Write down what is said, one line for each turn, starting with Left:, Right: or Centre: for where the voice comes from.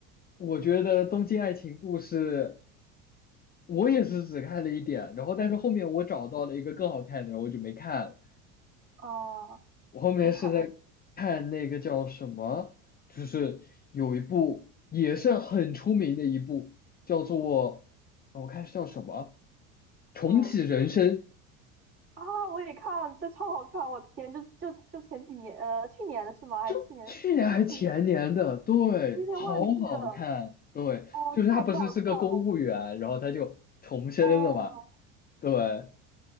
Left: 我觉得《东京爱情故事》，我也是只看了一点，然后但是后面我找到了一个更好看的，然后我就没看了
Right: 啊
Left: 我后面是在看那个叫什么，
Right: 你看，嗯嗯
Left: 就是有一部也是很出名的一部，叫做我看是叫什么《重启人生》，
Right: 嗯啊，我也看，这超好看！我天，就就就前几年，呃，去年的是吗？还去年是去年，
Left: 就去年还前年的，对，
Right: 我有点忘记了。
Left: 好好看，对，
Right: 哦，
Left: 就是他不是是个公务员，
Right: 超级好看了，
Left: 然后他就重生了嘛，
Right: 嗯、
Left: 对，